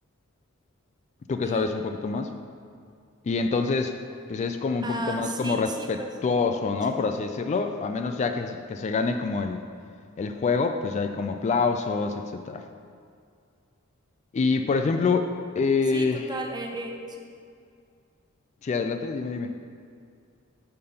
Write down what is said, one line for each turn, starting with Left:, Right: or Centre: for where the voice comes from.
Left: Tú que
Right: Sí.
Left: sabes un poquito más. Y entonces, pues es como un
Right: Ah,
Left: poquito más
Right: sí,
Left: como respetuoso,
Right: sí, pues.
Left: ¿no?
Right: Sí,
Left: Por así decirlo. A menos ya que, que se gane como el, el juego, pues ya hay como aplausos, etcétera. Y por ejemplo, eh...
Right: sí, total. eh, eh, sí.
Left: sí, adelante, dime, dime.